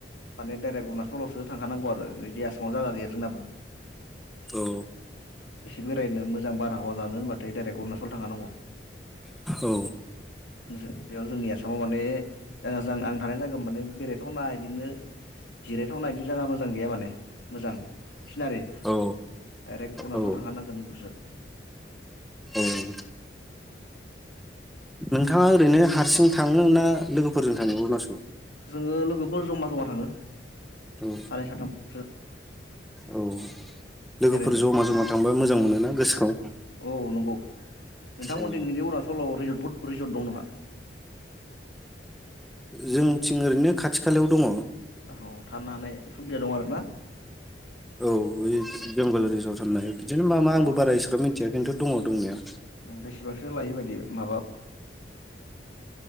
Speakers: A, on the left (about 90°); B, in the centre.
A: माने डाइरेक्ट अरुणाचलावसो थांखानांगौ आरो बिदि आसामाव जायगा गैया जोंनाबो।
B: औ।
A: एसे बेरायनो मोजां बारहावा जानो होनबाथाय डाइरेक्ट अरुणाचलाव थांखानांगौ।
B: औ।
A: थिंजाय बेयाव जोंनि आसामाव माने। जागा जां आं थानाय जागायाव माने बेरायथावना इदिनो जिरायथावना इदि जागा मोजां गैया माने। मोजां फिनारि डाइरेक्ट
B: औ
A: अरुणाचल
B: औ
A: थांखानांगोन होनबासो।
B: ओम। नोंथाङा ओरैनो हारसिं थाङो ना लोगोफोरजों थाङो अरुणाचलाव।
A: जोङो लोगोफोर जमा जमा थाङो।
B: औ
A: सानै साथामसो
B: औ लोगोफोर
A: बेरायनो
B: जमा जमा थांबा मोजां मोनोना गोसोखौ
A: औ नंगौ नोंथांमोनथिं
B: औ
A: इदि अरुनाचलाव रिजर्टफोर रिजर्ट दं नामा?
B: जोंथिं ओरैनो खाथि खालायाव दङ।
A: औ थानो हानाय सुबिदा दं आरो
B: औ बे
A: ना
B: बेंगालि रिजर्ट होननाय बिदिनो मा मा
A: औ
B: आंबो बारा एसेग्राब मिथिया खिन्थु दङ दंनाया।
A: बेसेबांसो लायो बायदि माबा